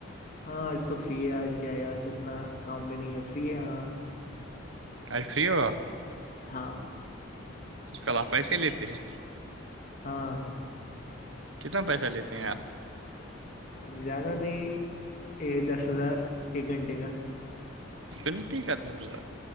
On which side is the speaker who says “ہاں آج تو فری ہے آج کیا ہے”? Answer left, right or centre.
Left